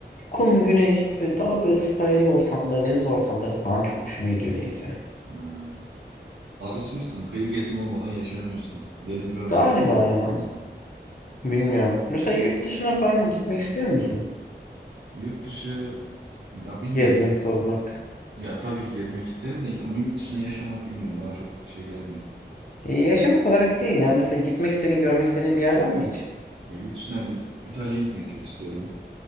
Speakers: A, on the left; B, on the right.
A: kum, güneş, böyle daha böyle sahil ortamları, deniz ortamları falan çok hoşuma gidiyor niyeyse.
B: Ha, alışmışsın. Kıyı kesimi olmadan yaşayamıyorsun. Deniz görmeden
A: Galiba
B: yaşayamıyorsun.
A: ya.
B: herhalde.
A: Bilmiyorum. Mesela yurt dışına falan gitmek istiyor musun?
B: Yurt dışı ya bilmiyorum.
A: Gezmek, tozmak.
B: Ya tabii ki gezmek isterim de ama yurt dışına yaşamak bilmiyorum. Bana çok şey gelmiyor.
A: E, yaşamak olarak değil ya. Mesela gitmek istediğin, görmek istediğin bir yer var mı hiç?
B: Ya, yurt dışına İ- İtalya'ya gitmek çok istiyorum.